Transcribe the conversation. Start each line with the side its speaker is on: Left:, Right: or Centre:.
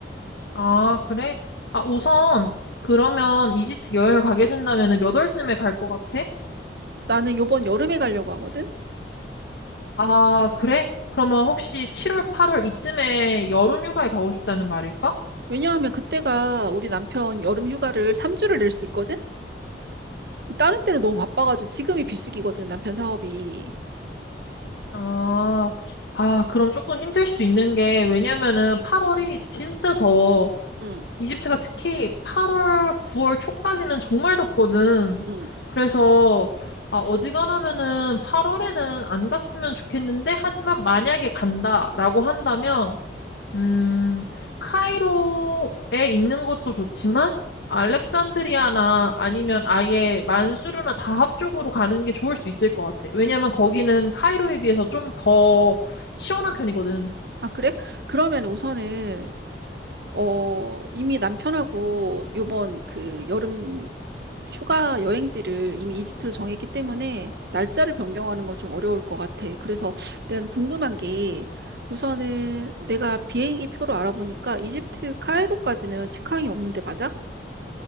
Left: 아, 그래? 아, 우선, 그러면 이집트 여행을 가게 된다면 몇 월쯤에 갈 것 같아?
Right: 나는 요번 여름에 가려고 하거든.
Left: 아, 그래? 그러면 혹시 7월, 8월 이쯤에 여름 휴가에 가고 싶다는 말일까?
Right: 왜냐하면 그때가 우리 남편 여름 휴가를 3주를 낼 수 있거든. 다른 때는 너무 바빠가지고 지금이 비수기거든, 남편 사업이.
Left: 아, 아, 그럼 조금 힘들 수도 있는 게, 왜냐면은 8월이 진짜 더워.
Right: 응,
Left: 이집트가 특히 8월, 9월 초까지는 정말 덥거든.
Right: 응.
Left: 그래서 아, 어지간하면은 8월에는 안 갔으면 좋겠는데 하지만 만약에 간다라고 한다면 음, 카이로에 있는 것도 좋지만 알렉산드리아나 아니면 아예 만수르나 다합 쪽으로 가는 게 좋을 수도 있을 것 같아. 왜냐면 거기는 카이로에 비해서 좀 더 시원한 편이거든.
Right: 아, 그래? 그러면 우선은, 어, 이미 남편하고 요번 그 여름 휴가 여행지를 이미 이집트로 정했기 때문에 날짜를 변경하는 건 좀 어려울 것 같아. 그래서 내가 궁금한 게 우선은 내가 비행기 표로 알아보니까 이집트 카이로까지는 직항이 없는데 맞아?